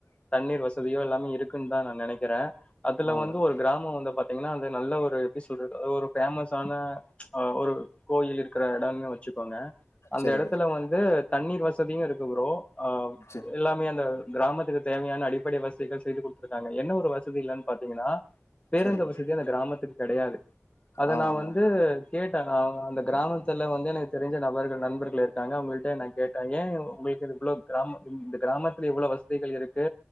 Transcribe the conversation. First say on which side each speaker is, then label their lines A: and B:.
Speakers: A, on the left; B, on the left.
A: தண்ணீர் வசதியோ எல்லாமே இருக்குன்னு தா நா நினைக்கிறே அதுல
B: ஆமா
A: வந்து
B: பிரதர்
A: ஒரு கிராமம் வந்து பாத்திங்கன்னா நல்ல ஒரு எப்படி சொல்றது ஒரு ஃபேமஸான ஹா ஒரு கோயில் இருக்கிற இடம்னு வச்சுக்கோங்க அந்த
B: சரி
A: எடத்துல
B: பிரதர்
A: வந்து தண்ணீர் வசதியு இருக் கு ப்ரோ ஆ
B: சரி
A: எல்லாமே அந்த கிராமத்துக்கு தேவையான அடிப்படை வசதிகள் செய்து குடுத்துருக்காங்க என்ன ஒரு வசதி இல்லன்னு பாத்திங்கனா பேருந்து
B: சரி பிரதர்
A: வசதி அந்த கிராமத்துக்கு கெடயாது அத
B: ஆமா
A: நா வந்து
B: ஆமா
A: கேட்ட ஆ அந்த கிராமத்துல வந்து எனக்கு தெரிஞ்ச நபர்கள் நண்பர்கள் இருக்காங்க அவங்கள்ட்ட நா கேட்ட ஏ உங்களுக் இவ்ளோ கிராமத்துலிருந்து கிராமத்துல இவ்வள வசதிகள் இருக்கு